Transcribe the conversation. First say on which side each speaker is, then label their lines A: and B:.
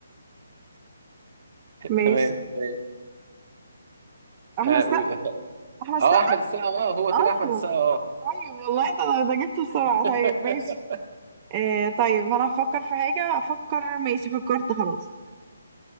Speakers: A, on the right; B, on the right.
A: ماشي
B: تمام ماشي
A: احمد
B: اه
A: السقا
B: قول.
A: احمد السقا
B: آه، احمد السقا اه هو طلع
A: اصلا
B: احمد السقا اه
A: طيب والله ده ده جبته بسرعه
B: <laughs>
A: طيب ماشي آه طيب انا هفكر في حاجه افكر ماشي فكرت خلاص